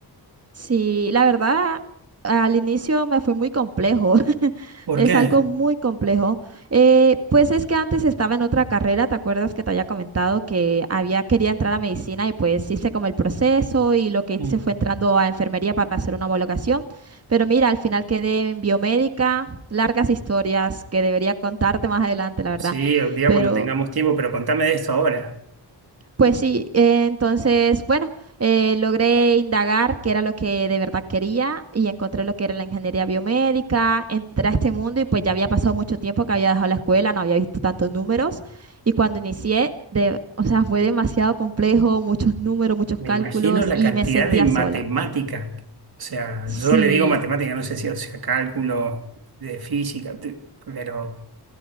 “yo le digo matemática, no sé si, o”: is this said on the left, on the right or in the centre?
Right